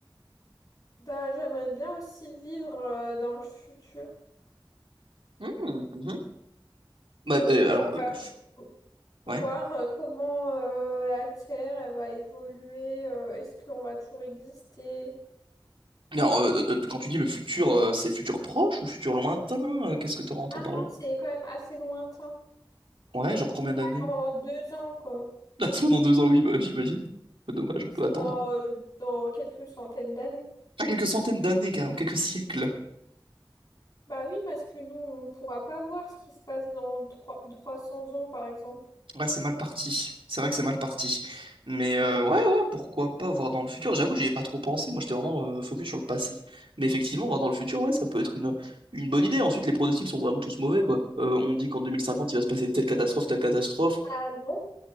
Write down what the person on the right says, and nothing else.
Mhm, mhm. Bah, euh,
alors, euh,
fu-
ouais.
Mais Alors, euh, euh, quand tu dis le futur, euh, c'est futur proche ou futur lointain? Euh, Qu'est-ce que t'aurais entends
par
là?
Ouais, genre combien
d'années?
<laughs> soit dans deux ans, oui, bah, j'imagine. Dommage, on
peut attendre.
Ah, quelques centaines d'années, carrément, quelques siècles.
Ouais, c'est mal parti. C'est vrai que c'est mal parti. Mais euh, ouais, ouais, pourquoi pas voir dans le futur. J'avoue, j'y ai pas trop pensé. Moi, j'étais vraiment euh, focus sur le passé. Mais effectivement, voir dans le futur, ouais, ça peut être une, une bonne idée. Ensuite, les pronostics sont vraiment tous mauvais, quoi. Euh, on dit qu'en 2050, il va se passer telle catastrophe, telle catastrophe.